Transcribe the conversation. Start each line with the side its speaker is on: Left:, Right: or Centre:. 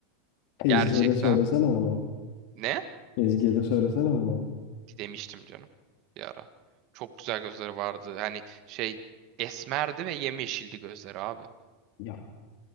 Left: Ezgi'ye
Right: Gerçekten.
Left: de söylesene bunu.
Right: Ne?
Left: Ezgi'ye de söylesene bunu.
Right: Demiştim canım bir ara. Çok güzel gözleri vardı. Hani şey esmerdi ve yemyeşildi gözleri abi.
Left: Ya